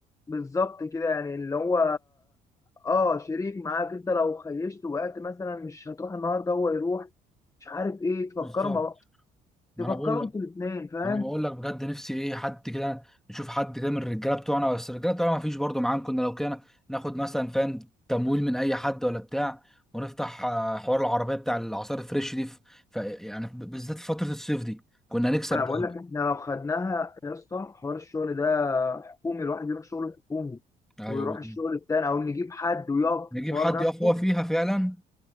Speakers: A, on the left; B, in the centre.
A: بالظبط كده يعني اللي هو اه شريك معاك انت لو خيشت وقعت مثلا مش هتروح النهارده هو يروح مش عارف ايه تفكروا
B: بالظبط
A: ما...
B: ما
A: تفكروا
B: انا بقول لك
A: انتوا الاثنين فاهم
B: انا بقول لك بجد نفسي ايه حد كده نشوف حد كده من الرجاله بتوعنا بس الرجاله بتوعنا ما فيش برضه معاهم كنا لو كده ناخد مثلا فاهم تمويل من اي حد ولا بتاع ونفتح آه، حوار العربيه بتاع العصائر الفريش دي في... ف... يعني ب- بالذات في فتره الصيف دي كنا نكسب
A: ما انا
B: ده
A: بقول لك احنا لو خدناها يا اسطى حوار الشغل ده حكومي الواحد يروح شغله حكومي
B: ايوه
A: ويروح
B: بالظبط
A: الشغل التاني او نجيب حد ويقف
B: نجيب
A: في الحوار
B: حد يقف
A: نفسه
B: فيها فعلا